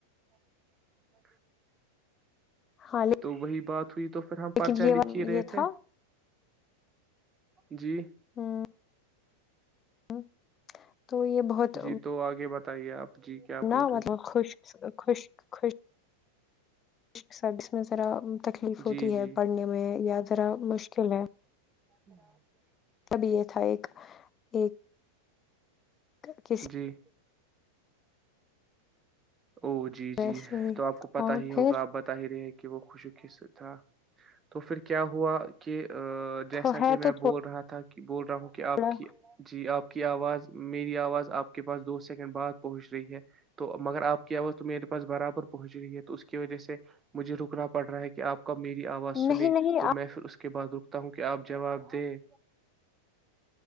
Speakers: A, on the right (about 20°); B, on the left (about 25°).
A: <unintelligible>
B: ہاں
A: تو وہی بات تھئی تو پھر
B: لیکن
A: ہم پرچا
B: یہ
A: لکھی رہے
B: یہ
A: تھے
B: تھا
A: جی
B: ہاں ہوں تو یہ بہت
A: جی تو آگے بتائیے آپ جی کیا
B: نہ
A: بول رہے
B: مطلب خوش خوش خوشش صس م <inaudible> تکلیف
A: جی
B: ہوتی
A: جی
B: ہے پڑھنے میں یا ذرا مشکل ہے
A: ہاں <inaudible>
B: ابھی یہ تھا ایک ایک کس
A: جی او جی
B: ویسے
A: جی
B: ہی
A: تو آپ کو پتا
B: اور
A: ہی ہوگا
B: پھر
A: آپ بتا ہی رہے کہ کہ وہ خوشی ک سے تھا تو پھر کیا ہوا کہ جیسا
B: تو ہے
A: کہ میں
B: تو
A: بول رہا تھا کہ کہ بول ہوں کہ
B: تھوڑا
A: آپ کی جی آپ ك آواز مر اواز آپ ك پاس دو سکنڈ بعد پہنچحی حا تو مگر آپ کی آواز تو میرے پاس برابر پہنچ رہی ہے تو اس کی وجہ سے مجھے رکنا پڑ رہا ہے کہ آپ میری آواز سنے
B: نہیں نہیں
A: تو میں پھر اس کے کے بع رک <inaudible> تا ہوں کہ آپ جواب دیں